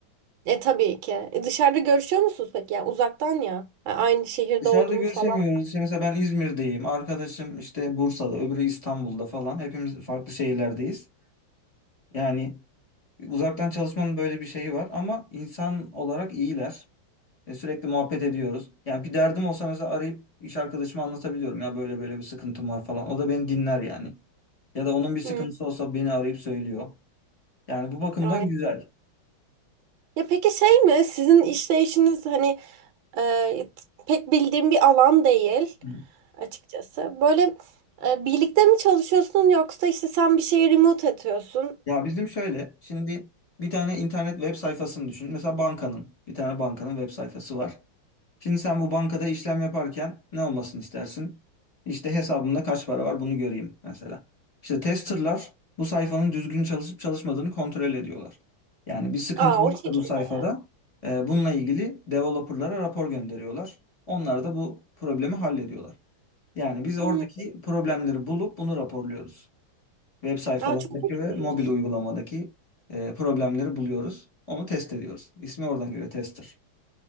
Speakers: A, on the right (about 70°); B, on the left (about 20°).
A: E tabii ki. E, dışarıda görüşüyor musunuz peki? Yani uzaktan ya. Ha, Aynı şehirde
B: Dışarıda
A: olduğunuz
B: görüşemiyoruz.
A: falan.
B: İşte mesela ben İzmir'deyim. Arkadaşım işte Bursa'da, öbürü İstanbul'da falan. Hepimiz farklı şehirlerdeyiz. Yani Uzaktan çalışmanın böyle bir şeyi var ama insan olarak iyiler. E, sürekli muhabbet ediyoruz. Yani bir derdim olsa mesela arayıp iş arkadaşıma anlatabiliyorum ya böyle böyle bir sıkıntım var falan. O da beni dinler yani. Ya da onun bir sıkıntısı
A: Hmm,
B: olsa beni arayıp söylüyor. Yani bu bakımdan
A: evet.
B: güzel.
A: Ya peki şey mi? Sizin işleyişiniz hani e, pek bildiğim bir alan değil
B: <laughs> Hı.
A: açıkçası. Böyle e, birlikte mi çalışıyorsun yoksa işte sen bir şeye remote atıyorsun?
B: Ya bizim şöyle şimdi bir tane internet web sayfasını düşün. Mesela bankanın bir tane bankanın web sayfası var. Şimdi sen bu bankada işlem yaparken ne olmasını istersin? İşte hesabımda kaç para var bunu göreyim mesela. İşte testerlar bu sayfanın düzgün çalışıp çalışmadığını kontrol ediyorlar. Yani bir sıkıntı
A: Aa
B: varsa
A: o şekilde.
B: bu sayfada e, bununla ilgili developerlara rapor gönderiyorlar. Onlar da bu problemi hallediyorlar. Yani biz oradaki
A: Hmm.
B: problemleri bulup bunu raporluyoruz. Web sayfalarındaki
A: Aa, çok ilginç.
B: ve mobil uygulamadaki e, problemleri buluyoruz. Onu test ediyoruz. İsmi oradan geliyor tester.